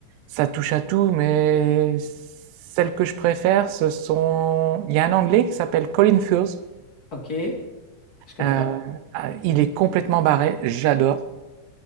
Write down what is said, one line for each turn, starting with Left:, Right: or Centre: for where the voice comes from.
Right: ça touche à tout, mais celles que je préfère, ce sont... Il y a un Anglais qui s'appelle Colin Furze.
Left: OK, je connais
Right: Euh,
Left: pas.
Right: ah, il est complètement barré, j'adore.